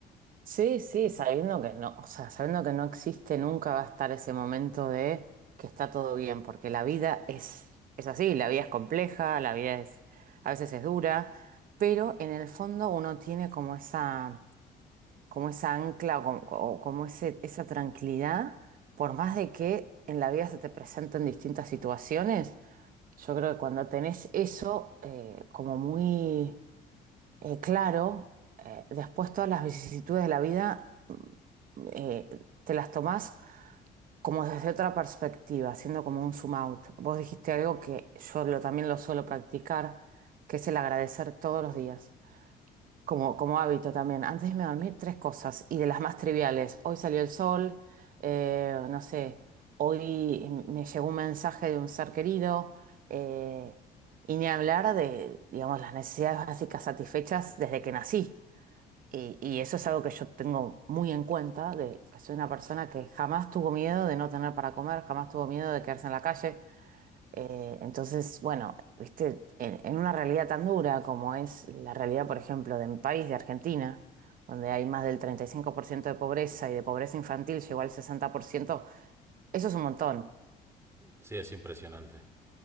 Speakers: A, on the right; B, on the right.
A: Sí, sí, sabiendo que no, o sea, sabiendo que no existe, nunca va a estar ese momento de que está todo bien, porque la vida es, es así, la vida es compleja, la vida es, a veces es dura, pero en el fondo uno tiene como esa, como esa ancla o como, o como ese, esa tranquilidad, por más de que en la vida se te presenten distintas situaciones, yo creo que cuando tenés eso eh, como muy eh, claro, eh, después todas las vicisitudes de la vida eh, te las tomás como desde otra perspectiva, haciendo como un zoom out. Vos dijiste algo que yo lo- también lo suelo practicar, que es el agradecer todos los días, como, como hábito también. Antes de irme a dormir, tres cosas, y de las más triviales. Hoy salió el sol, eh, no sé, hoy me llegó un mensaje de un ser querido, eh, y ni hablar de, digamos, las necesidades básicas satisfechas desde que nací. Y, y eso es algo que yo tengo muy en cuenta, de que soy una persona que jamás tuvo miedo de no tener para comer, jamás tuvo miedo de quedarse en la calle. Eh, entonces, bueno, viste, en, en una realidad tan dura como es la realidad, por ejemplo, de mi país, de Argentina, donde hay más del 35% de pobreza y de pobreza infantil llegó al sesenta por ciento eso es un montón.
B: Sí, es impresionante.